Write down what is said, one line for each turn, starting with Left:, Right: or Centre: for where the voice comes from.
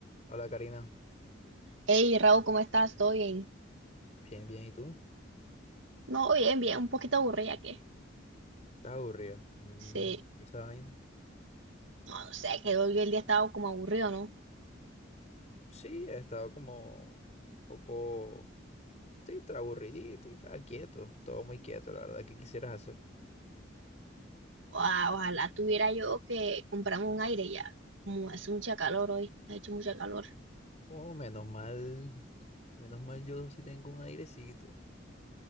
Left: Hola Karina,
Right: Hey, Raúl, ¿cómo estás? ¿Todo bien?
Left: bien, bien, ¿y tú?
Right: No, bien, bien, un poquito aburrida qué?
Left: ¿Estás aburrida? Mm,
Right: Sí,
Left: ¿y esa vaina?
Right: no, no sé, que hoy el día estaba como aburrido, ¿no?
Left: Sí, he estado como un poco, sí, tra- aburridito y tal, quieto, todo muy quieto, la verdad, ¿qué quisieras hacer?
Right: Oa- ojalá tuviera yo que comprarme un aire ya. Como hace mucha calor hoy, ha hecho mucha calor.
Left: Oh, menos mal, menos mal yo sí tengo un airecito,